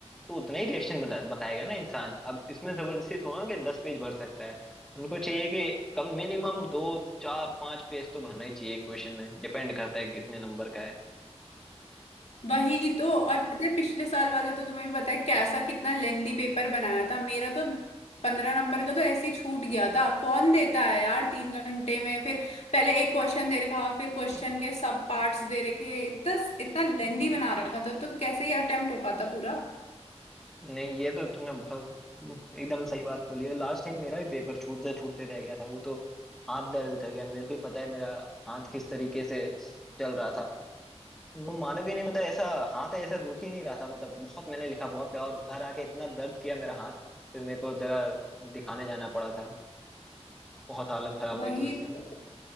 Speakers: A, in the centre; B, on the left (about 75°).
A: तो उतना ही रिएक्शन बता, बताएगा ना इंसान अब इसमें जबरदस्ती थोड़ा ना कि दस पेज भर सकता है उनको चाहिए कि कम मिनिमम दो चार पांच पेज तो भरना ही चाहिए क्वेश्चन में डिपेंड करता है कितने नंबर का है
B: वही तो और पता है पिछले साल वाला तो तुम्हें भी पता है कैसा कितना लेंदी पेपर बनाया था मेरा तो पंद्रह नंबर का तो ऐसे ही छूट गया था कौन देता है यार तीन घंटे में फिर पहले एक क्वेश्चन दे रखा फिर क्वेश्चन के सब पार्ट्स दे रखे इतना इतना लेंदी
A: हाँ
B: बना रखा था तो कैसे ही अटेम्प्ट हो पाता पूरा
A: नहीं ये तो तुमने बहुत एकदम सही बात बोली है लास्ट टाइम मेरा भी पेपर छूटते छूटते रह गया था वो तो हाथ दर्द कर गया मेरे को ही पता है मेरा हाथ किस तरीके से चल रहा था वो मानोगे नहीं मतलब ऐसा हाथ ऐसा रुक ही नहीं रहा था मतलब बहुत मैंने लिखा बहुत लिखा और घर आके इतना दर्द किया मेरा हाथ फिर मेरे को जरा दिखाने जाना पड़ा था बहुत हालत खराब
B: वही
A: हो गई थी उस दिन
B: तो।